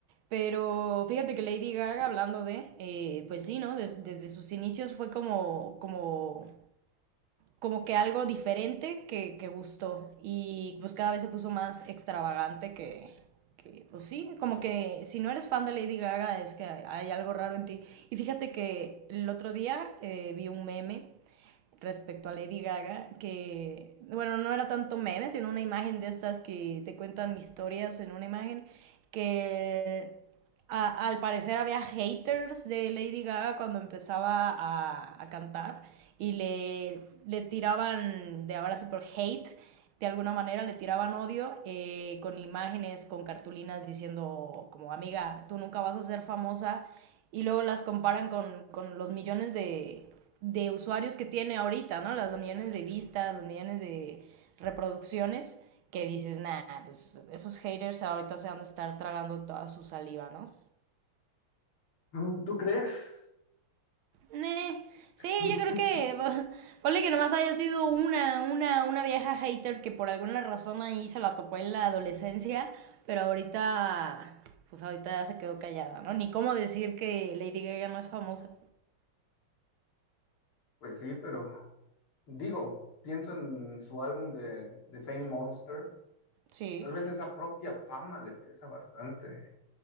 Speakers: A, on the right; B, on the left.
A: Pero fíjate que Lady Gaga, hablando de, eh, pues sí, ¿no? Des- desde sus inicios fue como, como como que algo diferente que, que gustó y pues cada vez se puso más extravagante que, que, pues sí, como que si no eres fan de Lady Gaga es que hay algo raro en ti. Y fíjate que el otro día eh, vi un meme respecto a Lady Gaga, que, bueno, no era tanto meme, sino una imagen de estas que te cuentan historias en una imagen, que a- al parecer había haters de Lady Gaga cuando empezaba a, a cantar y le, le tiraban, de ahora sí por hate, de alguna manera le tiraban odio eh, con imágenes, con cartulinas diciendo como amiga, tú nunca vas a ser famosa y luego las comparan con, con los millones de, de usuarios que tiene ahorita, ¿no? Los millones de vistas, los millones de reproducciones, que dices, nah, pues esos haters ahorita se van a estar tragando toda su saliva, ¿no?
B: Mm, ¿Tú crees?
A: Eh, sí,
B: <laughs>
A: yo creo que <laughs> ponle que nomás haya sido una, una, una vieja hater que por alguna razón ahí se la topó en la adolescencia, pero ahorita, pues ahorita ya se quedó callada, ¿no? Ni cómo decir que Lady Gaga no es famosa.
B: Pues sí, pero digo, pienso en su álbum de, de Fame Monster.
A: Sí.
B: Tal vez esa propia fama le pesa bastante.